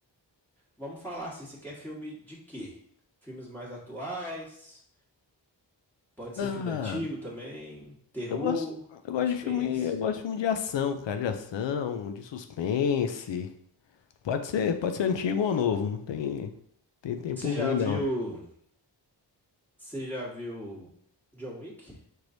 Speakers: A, in the centre; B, on the left.
A: vamos falar assim, você quer filme de quê? Filmes mais atuais, pode
B: Ah,
A: ser filme antigo também, terror,
B: eu gosto, eu gosto
A: suspense.
B: de filme, eu gosto de filme de ação, cara, de ação, de suspense. Pode ser, pode ser antigo ou novo, não tem, tem tempo
A: Você
B: ruim
A: já viu,
B: não.
A: você já viu John Wick?